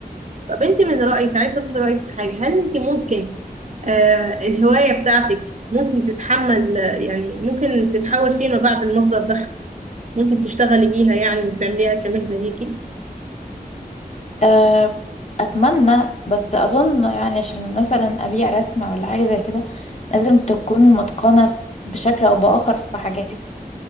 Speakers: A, on the right; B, on the left.
A: طب انت من رأيك عايزة اخد رأيك في حاجة هل انت ممكن آه الهواية بتاعتك ممكن تتحمل آه، يعني ممكن تتحول فيما بعد لمصدر دخل ممكن تشتغلي بيها يعني وتعمليها كمهنة ليكي
B: أه اتمنى بس اظن يعني عشان مثلا ابيع رسمة ولا حاجة زي كده لازم تكون متقنة ف- بشكل او باخر في حاجات